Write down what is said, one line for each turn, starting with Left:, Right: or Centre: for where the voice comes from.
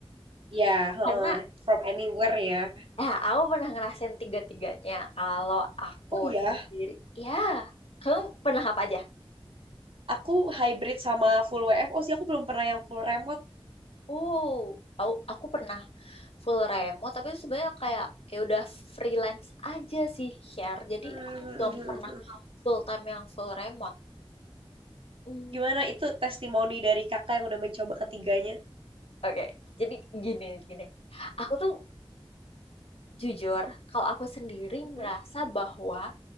Right: Ya, heeh,
Left: Karena
Right: From anywhere ya.
Left: Nah, aku pernah ngerasain tiga-tiganya. Kalau aku
Right: Oh iya,
Left: sendiri, ya, kamu pernah apa aja?
Right: aku hybrid sama full WFO sih. Aku belum pernah yang full remote.
Left: Uh, aku, aku pernah full remote, tapi itu sebenarnya kayak ya udah freelance aja sih share. Jadi
Right: Hmm,
Left: aku belum pernah full time yang full remote. Hmm,
Right: Gimana itu testimoni dari kakak yang udah mencoba ketiganya?
Left: Oke, Jadi gini gini. Aku tuh jujur, kalau aku sendiri
Right: Mhm.
Left: merasa bahwa